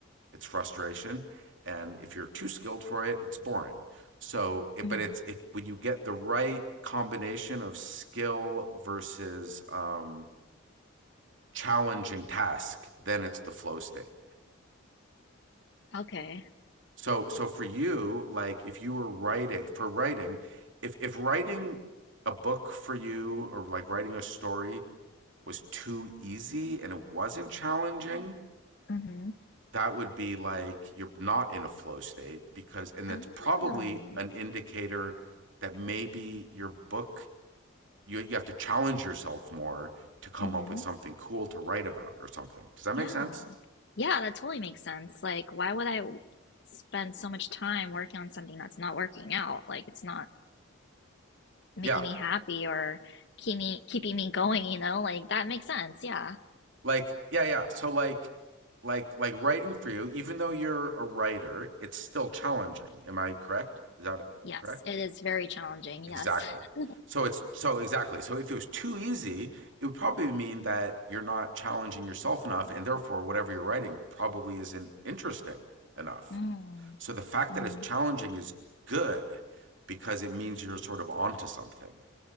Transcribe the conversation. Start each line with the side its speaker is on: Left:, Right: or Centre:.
Right: it's frustration and if you're too skilled for it it's boring so
Left: Mm-hmm.
Right: but it's if when you get the right combination of skill versus um challenging task then it's the flow state
Left: Okay.
Right: so so for you like if you were writing for writing if if writing a book for you or like writing a story was too easy and it wasn't challenging
Left: Mm-hmm.
Right: that would be like you're not in a flow state because and that's
Left: Oh.
Right: probably an indicator that maybe your book you, you have to challenge yourself more to come
Left: Mm-hmm.
Right: up with something cool to write about or something does that make
Left: Yeah.
Right: sense
Left: Yeah, that totally makes sense. Like, why would I w- spend so much time working on something that's not working out? Like, it's not making
Right: yeah
Left: me happy or keep me keeping me going, you know? Like, that makes sense. Yeah.
Right: like yeah yeah so like like like writing for you even though you're a writer it's still challenging am i correct is that
Left: Yes,
Right: correct
Left: it is very challenging.
Right: Exactly.
Left: Yes. <laughs>
Right: So it's so exactly. So if it was too easy, it would probably mean that you're not challenging yourself enough, and therefore whatever you're writing probably isn't interesting enough.
Left: Mm.
Right: So the fact
Left: Mm-hmm.
Right: that it's challenging is good because it means you're sort of onto something.